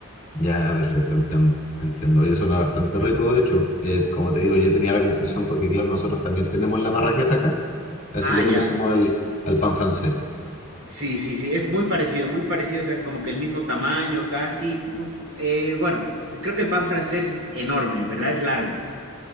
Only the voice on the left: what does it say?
Ya, perfecto, entiendo. Entiendo. Y suena bastante rico, de hecho. Eh, como te digo, yo tenía la confusión porque, claro, nosotros también tenemos la marraqueta acá. Así
le
conocemos al, al pan francés.